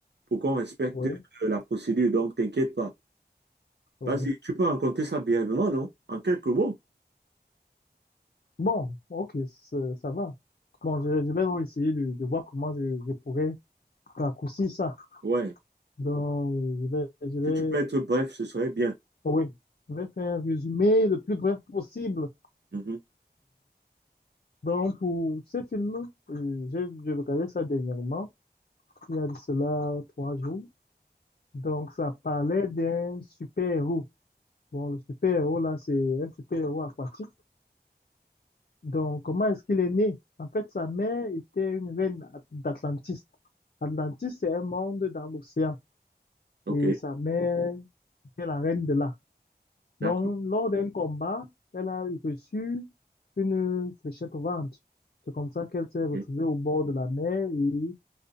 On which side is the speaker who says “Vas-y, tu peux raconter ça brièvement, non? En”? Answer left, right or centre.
Right